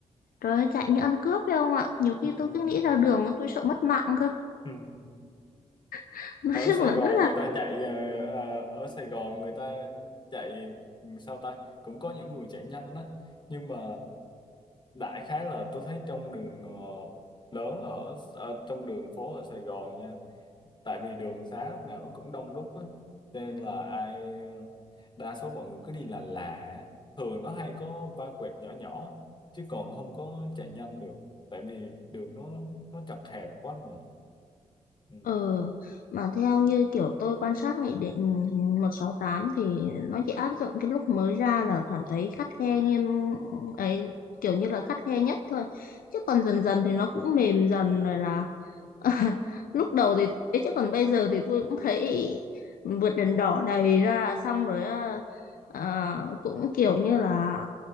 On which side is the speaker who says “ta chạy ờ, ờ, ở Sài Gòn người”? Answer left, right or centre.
Left